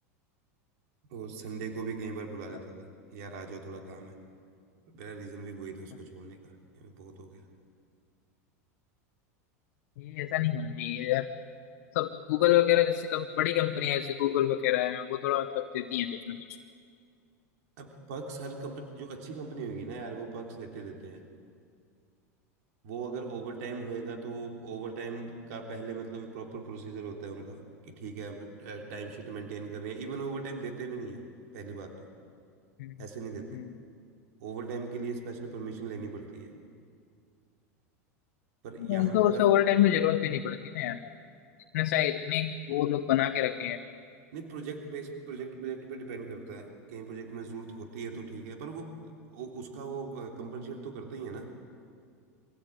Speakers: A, on the right; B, on the left.
A: वो संडे को भी कई बार बुला लेता
B: हाँ,
A: था कि यार आ जाओ थोड़ा काम है मेरा रीज़न भी वही था उसको
B: हाँ।
A: छोड़ने का कि बहुत हो गया
B: ये ऐसा नहीं होना चाहिए यार सब गूगल वगैरह जैसे कम, बड़ी कंपनियां जैसे गूगल वगैरह है वो थोड़ा मतलब देती हैं कुछ ना कुछ
A: अब पक्स हर कंपनी जो अच्छी कंपनी होगी ना यार वो पक्स देते देते हैं वो अगर ओवर टाइम होएगा तो ओवर टाइम का पहले मतलब प्रॉपर प्रोसीजर होता है उनका कि ठीक है अब टाइम शीट मेंटेन कर रहे हैं इवन ओवर टाइम देते भी नहीं है पहली बात तो
B: हम्म
A: ऐसे नहीं देते
B: हम्म।
A: ओवर टाइम के लिए स्पेशल परमिशन लेनी पड़ती है पर यहाँ
B: उनको
A: का
B: उसे ओवर टाइम की जरूरत भी नहीं पड़ती ना यार ऐसा इतने वो लोग बना के रखे हैं
A: नहीं प्रोजेक्ट बेस्ड प्रोजेक्ट प्रोजेक्ट पे डिपेंड करता है कहीं प्रोजेक्ट में ज़रूरत होती है तो ठीक है पर वो, वो उसका वो कंपनसेट तो करता ही है ना